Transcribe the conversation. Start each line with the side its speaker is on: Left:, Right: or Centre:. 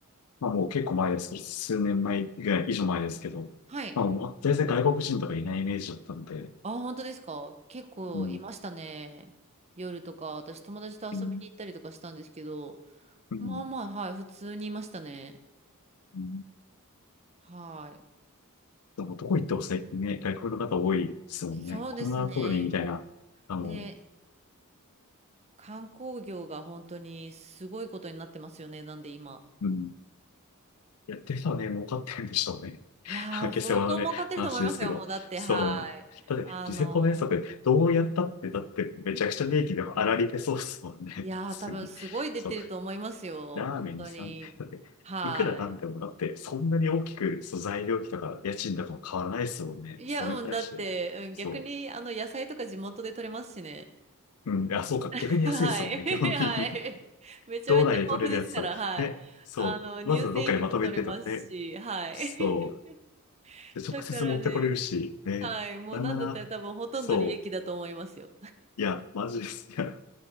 Left: まあもう結構前ですけど、数年前ぐらい以上前ですけど、
Right: はい。
Left: まあもう全然外国人とかいないイメージだったので、
Right: ああ、本当ですか結構いましたね。
Left: うん。
Right: 夜とか、私友達と遊びに行ったりとかしたんですけど、
Left: うんうん。
Right: まあまあ、はい、普通にいましたね。
Left: うん
Right: はい。
Left: でもどこ行っても最近ね、外国の方多いですもんね。
Right: そうですね。
Left: こんなコロニーみたいな、
Right: も
Left: あの、
Right: う、ね、観光業が本当にすごいことになってますよね。なんで今。
Left: うん。やってる人はね、儲かってるんでしょうね。<laughs>
Right: いやー、
Left: 下世話のね、
Right: 相当儲かってると思いますよ。
Left: 話ですけど。
Right: もうだって、
Left: そう。
Right: はい。
Left: だって、
Right: あの
Left: ニセコのやつだってどうやったって、だってめちゃくちゃ利益でも粗利出そうですもんね。
Right: ー、いやー、
Left: <laughs> 次。
Right: 多分すごい出てると思いますよ。
Left: そうラーメン3んだっていくらなんでもだって、
Right: 本当に。はい。
Left: そんなに大きく、そう、材料費とか家賃とかも変わらないですもんね。
Right: いや、
Left: それに対して。
Right: うん、だって、うん、
Left: そ
Right: 逆に、あの、野菜とか地元で取れますしね。
Left: う。うん。あ、そうか。
Right: <laughs>
Left: 逆に安いですもんね。
Right: はい。<laughs>
Left: 基本的に。
Right: はい。めちゃめちゃ豊富ですから、
Left: 道内で取れるやつを。
Right: はい。
Left: ね。そう。
Right: あの、乳製品も取れますし、
Left: まずはどっかにまとめてとかね。
Right: はい。
Left: そ
Right: <laughs>
Left: う。で直接持ってこれるし、
Right: だからね、
Left: ね。
Right: はい。もうなんだったら多分ほとんど利益だと思いますよ。
Left: なんなら、そう。いや、マジです。いや、